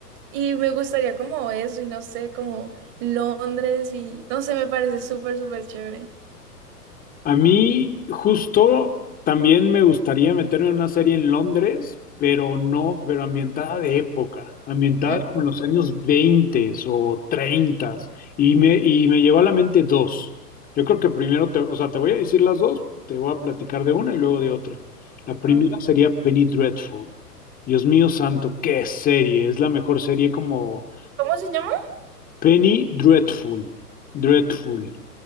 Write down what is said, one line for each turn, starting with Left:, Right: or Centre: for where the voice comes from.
Right: y me gustaría como eso y no sé, como Londres y no sé, me parece súper, súper chévere.
Left: A mí justo también me gustaría meterme en una serie en Londres, pero no, pero ambientada de época, ambientada
Right: Mm,
Left: como en los años 20 o 30. Y me, y me llegó a la mente dos. Yo creo que primero, te, o sea, te voy a decir las dos, te voy a platicar de una y luego de otra. La primera
Right: A ver,
Left: sería Penny Dreadful. Dios mío santo, qué serie, es la mejor serie como
Right: ¿cómo se llama?
Left: Penny Dreadful, Dreadful.